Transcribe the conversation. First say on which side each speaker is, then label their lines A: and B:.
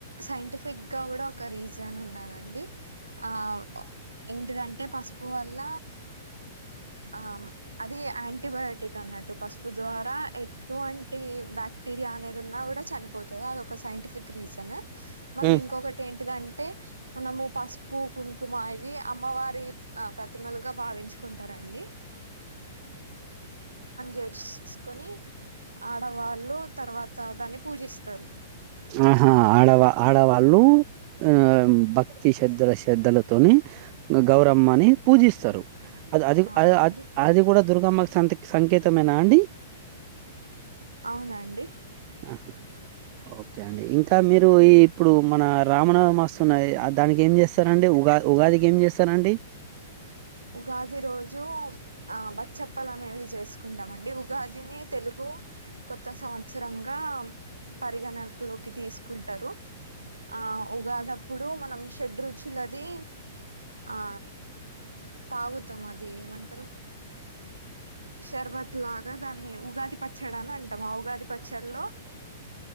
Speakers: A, on the right (about 85°); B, on the right (about 40°).
A: సైంటిఫిక్ గా కూడా ఒక రీజన్ ఉన్నదండి అండి ఆ ఏంటిదంటే పసుపు వల్ల ఆ అది యాంటీబయోటిక్ అన్నట్టు పసుపు ద్వారా ఎటువంటి బాక్టీరియా అనేది ఉన్నా కూడా చనిపోతుంది అది ఒక సైంటిఫిక్ రీజన్ మళ్ళీ
B: ఉమ్
A: ఇంకొకటి ఏంటిదంటే మనము పసుపు కుంకుమ ఇవి అమ్మవారి ప్రతిమలుగా భావించుకుంటారు అండి చేర్చుకొని ఆడవాళ్ళు తర్వాత దాన్ని పూజిస్తారు
B: ఆహా ఆడవాళ్లు ఆ భక్తి శ్రధల శ్రద్ధలతోని గౌరమ్మని పూజిస్తారు అది అది
A: అవునండి
B: అ అది గూడా దుర్గమ్మ సంత్ సంకేతమేనా అండి
A: అవునండి
B: ఆ ఓకే అండి ఇంకా మీరు ఈ ఇప్పుడు మన రామనవమ వస్తున్నయి దానికి ఏం చేస్తారండి ఉగా ఉగాదికి ఏం చేస్త నండి
A: ఉగాది రోజు ఆ బ చెప్పలనేవి జేసు కుంటమండి ఉగాదిని తెలుగు కొత్త సంవత్సరం ఆమ్ పరిగణలోకి తీసుకుంటరు ఆ ఉగాదప్పుడు మనం షెడ్ రుచులది ఆ తాగుతమ్ అది ఏమంటరు షర్బత్ లాగా దాన్ని ఉగాది పచ్చడి అని అంటాం ఆ ఉగాది పచ్చడిలో